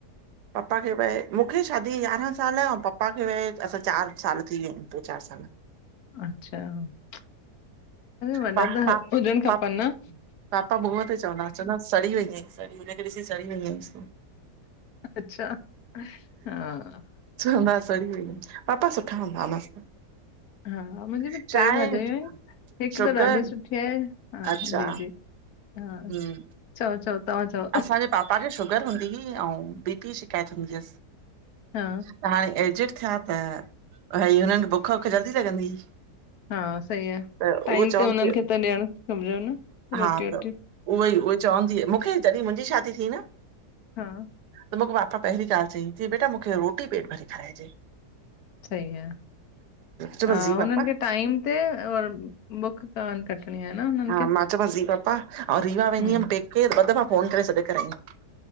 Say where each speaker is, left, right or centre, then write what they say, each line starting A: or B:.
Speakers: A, on the right; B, on the left.
A: पापा खे वये मूंखे- - शादिय खें यारहां साल ऐं पप्पा खे वये असां चारि साल थी विया आहिन ट्रे चारि साल।
B: अच्छा। <unintelligible> वॾन
A: पा
B: जा
A: पा
B: हुजण
A: पा
B: खपन न?
A: पापा मूंहं ते चवंदा हुआस चवंदा हुआसि सड़ी वई आही सड़ी, हुनखे ॾिसी सड़ी वई आहिस्।
B: <inaudible> अच्छा हा।
A: चवंदा हुआ सड़ी वयी आहि, पापा सुठा हूंदाहा मस्त।
B: हा--मुंहिंजी बि
A: चांहि
B: ट्रे भाडायूं आहिन। हिकु
A: शुगर
B: त ॾाढी सुठी आहे, हा
A: अच्छा
B: जी जी हा
A: हम्म
B: चओ चओ। तव्हां चओ
A: असांजे पापा खे शुगर हूंदीहि, आऊं बी पी जी शिकायत हूंदी हुयस।
B: हा
A: त हाणे एजेट् थया, त् भई हुननि खे बुख वुख़ जल्दी लॻंदी हुई।
B: हा सही आ,
A: त
B: टाइम
A: उहो चवंदी
B: ते हुनन खे त ॾियण <unintelligible> न। रोटी
A: हा त्
B: वोटी
A: उहोई-उहोई चवंदीय मूंखे, जॾहिं मुंहिंजी शादी थी न।
B: हां।
A: त् मूंखे पापा पहिरीं ॻाल्हि चईं। चई बेटा मूंखे रोटी पेट भरे खारायेजे।
B: सही आ।
A: चयोमांसि
B: हा
A: जी
B: हुनन
A: पापा
B: खे टाइम ते, और बुख़ कान कटणी आ न, हुनन
A: हा
B: खे।
A: मां चयोमास जी पपा, और रीवा वेंदी
B: हम्म
A: हुयम पेके ॿ दफ़ा फ़ोन करे सॾु कराई। <unintelligible>